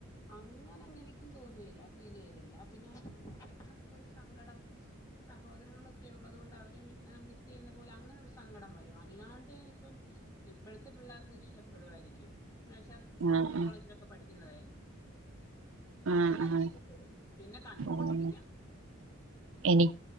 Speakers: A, on the left; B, on the right.
A: അങ്ങനെങ്ങെനിക്കും തോന്നിയില്ല ഫീലേയ്തില്ല പിന്നെ <inaudible> നമുക്കൊരു സങ്കടംഒരു സ ഹോദരങ്ങളൊക്കെ ഉള്ളതു കൊണ്ടു അവരെ മി മിസ്സ്‌ ചെയ്യുന്ന പോലെ അങ്ങനെ ഒരു സങ്കടം വരും അല്ലാണ്ട് ഇപ്പം ഇപ്പഴത്തെ പിള്ളേർക്ക് ഇഷ്ടപ്പെടുവായിരിക്കും എന്നുവെച്ച സ്കൂൾ
B: ആഹ് ആഹ്
A: കോളേജിലൊക്കെ പഠിക്കുന്നതേ അങ്ങനെ
B: ആഹ് ആഹ്
A: ഇഷ്ടപ്പെടും പിന്നെ കണ്ടൊണ്ടിരിക്കാം
B: ഓഹ് എനി